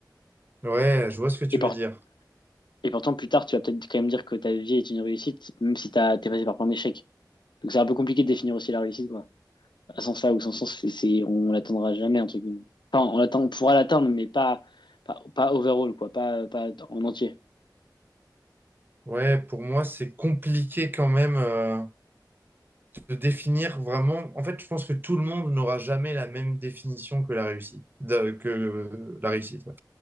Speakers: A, on the right; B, on the left.
A: Ouais, je vois ce que tu
B: Et, pour-
A: veux dire.
B: et pourtant, plus tard, tu vas peut-être quand même dire que ta vie est une réussite, même si t'as, t'es passé par plein d'échecs. Donc, c'est un peu compliqué de définir aussi la réussite, quoi. À sens là ou sans sens, c'est, c'est- on l'atteindra jamais, entre guillemets. Enfin, on l'atteint, on pourra l'atteindre, mais pas, pas, pas overall, quoi. Pas, pas en entier.
A: Ouais, pour moi, c'est compliqué quand même euh, de définir vraiment. En fait, je pense que tout le monde n'aura jamais la même définition que la réussite. de- que euh, la réussite. ouais,